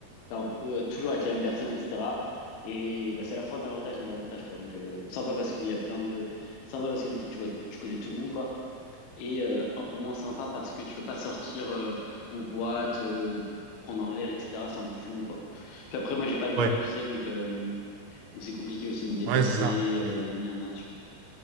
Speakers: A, on the left; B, on the right.
A: t'es un peu, euh, toujours avec les mêmes personnes, etc. Et bah, c'est à la fois un avantage et un désavantage, quoi. Donc euh, sympa parce qu'il y a plein de, sympa parce que du coup, tu vois, tu connais tout le monde, quoi et euh, un peu moins sympa parce que tu peux pas sortir euh, en boîte, euh, prendre un verre, etc. C'est un peu plus long, quoi. Puis après, moi, j'ai pas le permis,
B: Ouais,
A: tu sais, donc euh, donc c'est compliqué aussi de me déplacer,
B: ouais, c'est ça.
A: euh,
B: ouais.
A: nan, nan, nan, tu vois.